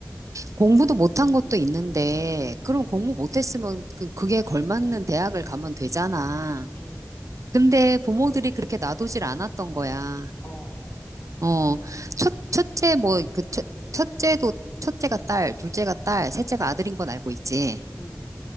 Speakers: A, on the right; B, on the left.
A: 공부도 못한 것도 있는데, 그럼
B: 음,
A: 공부 못했으면 그, 그게 걸맞는 대학을 가면 되잖아.
B: 음,
A: 근데 부모들이 그렇게 놔두질 않았던 거야.
B: 어,
A: 어, 첫, 첫째, 뭐, 그, 첫, 첫째도, 첫째가 딸, 둘째가 딸, 셋째가 아들인 건 알고 있지.
B: 음.